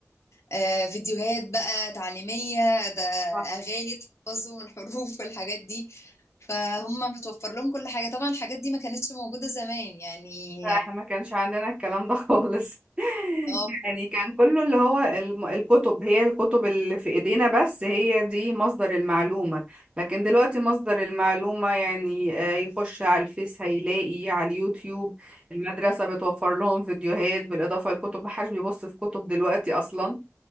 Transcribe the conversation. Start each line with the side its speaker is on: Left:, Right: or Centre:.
Left: آه، فيديوهات بقى تعليمية ده
Right: صح
Left: أغاني تحفظهم الحروف والحاجات دي فهم متوفر لهم كل حاجة طبعا الحاجات دي ما كانتش موجودة زمان يعني
Right: لا احنا ما كانش عندنا الكلام ده خالص <laughs>
Left: اه
Right: يعني كان كله اللي هو الم- الكتب هي الكتب اللي في ايدينا بس هي دي مصدر المعلومة لكن دلوقتي مصدر المعلومة يعني آه، يخش على الفيس هيلاقي على اليوتيوب المدرسة بتوفر لهم فيديوهات بالإضافة للكتب محدش بيبص في كتب دلوقتي أصلا